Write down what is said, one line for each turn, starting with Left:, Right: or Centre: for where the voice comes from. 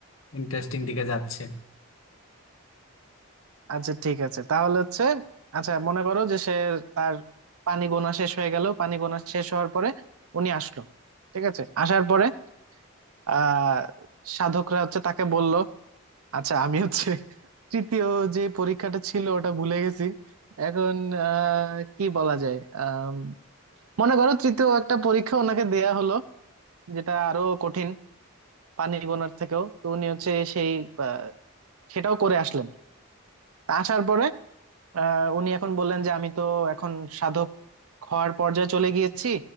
Left: ইন্টারেস্টিং দিকে যাচ্ছে
Right: আচ্ছা ঠিক আছে তাহলে হচ্ছে আচ্ছা মনে করো যে সে তার পানি গোনা শেষ হয়ে গেল পানি গোনা শেষ হওয়ার পরে উনি আসলো ঠিক আছে আসার পরে আহ সাধকরা হচ্ছে তাকে বলল আচ্ছা আমি হচ্ছে <laughs> তৃতীয় যে পরীক্ষাটা ছিল ওটা ভুলে গেছি এখন আহ কি বলা যায় আহ মনে করো তৃতীয় একটা পরীক্ষা ওনাকে দেয়া হলো যেটা আরো কঠিন পানি গোনার থেকেও তো উনি হচ্ছে সেই আহ, সেটাও করে আসলেন তা আসার পরে আহ উনি এখন বললেন যে আমি তো এখন সাধক হওয়ার পর্যায়ে চলে গিয়েছি